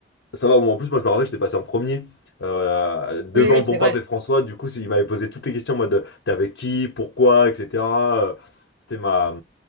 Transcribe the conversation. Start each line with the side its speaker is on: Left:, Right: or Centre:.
Left: ça va, en plus, moi je me rappelle, j'étais passé en premier euh, devant
Right: Oui, oui,
Left: Bon
Right: c'est
Left: Pape
Right: vrai.
Left: et François. Du coup, c'est- il m'avait posé toutes les questions en mode euh, t'es avec qui, pourquoi, etc. Euh, C'était ma,